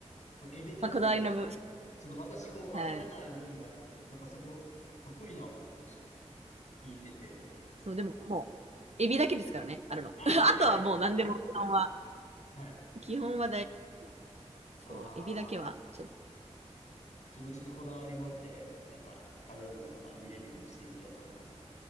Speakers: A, on the left; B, on the right.
A: そのエビの中でも、
B: まあ、こだわりの部分、
A: ちょっと私こうわからない部分があるんで、
B: はい。
A: なんかそこ、かっこいいなと思いました、今。聞いてて。
B: そう、でももう、エビだけですからね、あるの。
A: あ、
B: <laughs> あとはもう何でも基本は、
A: いえいえ。はい。
B: 基本は大、そう、
A: ああ、
B: エビだけはちょっと
A: 自分ちょっとこだわり持って、なんか食べ物とか見れるようにしていきたいと思います。